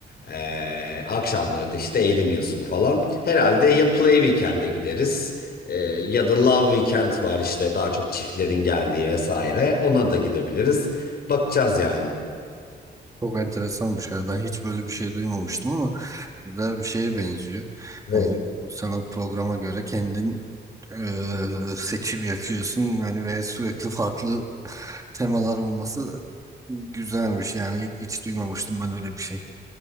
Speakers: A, on the left (about 60°); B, on the right (about 20°).
A: Ee, akşamları da işte eğleniyorsun falan. Herhalde ya Play Weekend'e gideriz e, ya da Love Weekend var işte daha çok çiftlerin geldiği vesaire. Ona da gidebiliriz. Bakacağız yani.
B: Çok enteresanmış. Yani ben hiç böyle bir şey duymamıştım ama güzel bir şeye benziyor.
A: Evet.
B: Hani sana programa göre kendin e, seçim yapıyorsun yani ve sürekli farklı temalar olması güzelmiş yani hiç, hiç duymamıştım ben öyle bir şey.